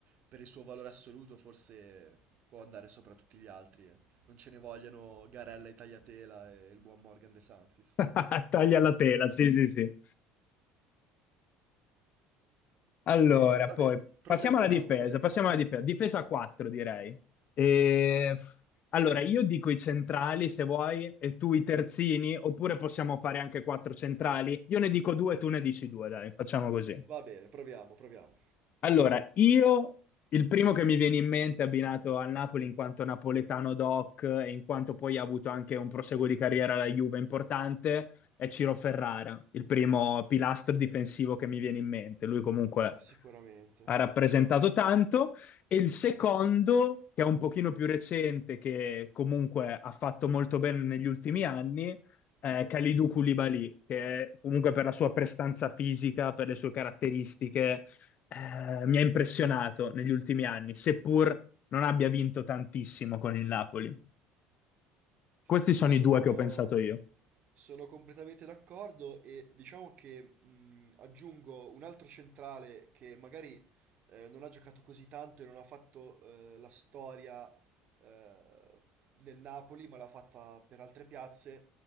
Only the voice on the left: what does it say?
<laughs> Taglia la tela, sì, sì, sì. Allora,
poi
passiamo alla difesa,
passiamo alla difesa, difesa 4 direi. E- Allora, io dico i centrali se vuoi e tu i terzini, oppure possiamo fare anche quattro centrali. Io ne dico due, tu ne dici due, dai, facciamo così.
Allora, io il primo che mi viene in mente abbinato al Napoli in quanto napoletano doc e in quanto poi ha avuto anche un proseguo di carriera alla Juve importante è Ciro Ferrara, il primo pilastro difensivo che mi viene in mente. Lui comunque
ha rappresentato
tanto. E il secondo, che è un pochino più recente, che comunque ha fatto molto bene negli ultimi anni, eh, Kalidou Koulibaly, che comunque per la sua prestanza fisica, per le sue caratteristiche eh, mi ha impressionato negli ultimi anni, seppur non abbia vinto tantissimo con il Napoli. Questi
sono
i due che ho pensato io.